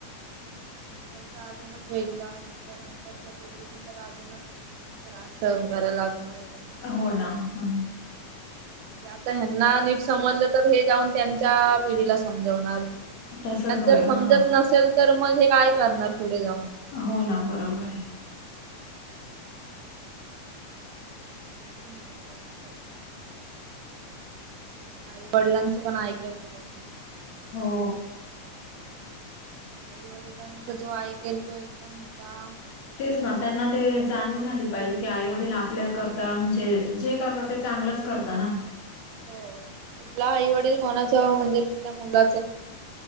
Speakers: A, on the right; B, on the left.
A: नंतर तर अजूनच वेगळ आहे तर नंतरच्या पिढीने तर अजूनच त्रास सहन करायला लागणार आहे त्यांना.
B: हो ना ह
A: आता ह्यांना नीट समजलं तर हे जाऊन त्यांच्या पिढीला समजवणार
B: तसच
A: ना
B: होय
A: जर समजत
B: हा
A: नसेल तर मग हे काय करणार पुढे जाऊन.
B: हो ना बरोबर आहे
A: समजून घ्यायला पाहिजे म आई वडिलांचं पण ऐकायला पाहिजे
B: हो
A: आई वडिलांचा जो ऐकेल तो एकदम मोठा
B: तेच ना त्यांना ते
A: सार होता.
B: जाणीव झाली पाहिजे की आ डील आपल्या करता म्हणजे जे करता ते चांगलंच करता ना
A: हो कुठला आई वडील कोणाच म्हणजे कुठल्या मुला